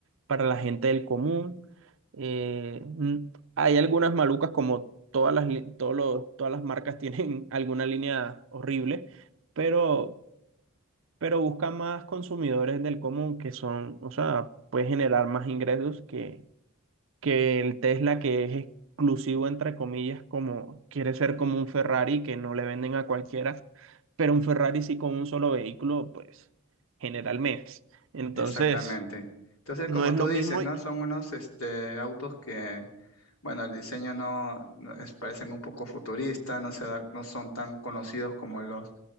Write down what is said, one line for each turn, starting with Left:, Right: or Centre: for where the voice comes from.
Right: para la gente del común. Eh, mm, hay algunas malucas como todas las, li- todos los- todas las marcas tienen <laughs> alguna línea horrible, pero pero busca más consumidores del común que son, o sea, puede generar más ingresos que, que el Tesla que es exclusivo, entre comillas, como quiere ser como un Ferrari que no le venden a cualquiera, pero un Ferrari sí con un solo vehículo, pues genera al mes. Entonces,
Left: exactamente. Entonces,
Right: no
Left: como
Right: es
Left: tú
Right: lo
Left: dices,
Right: mismo.
Left: ¿no?
Right: y-
Left: Son unos este, autos que, bueno, el diseño no, no- es- parecen un poco futurista no se, da- no son tan conocidos como los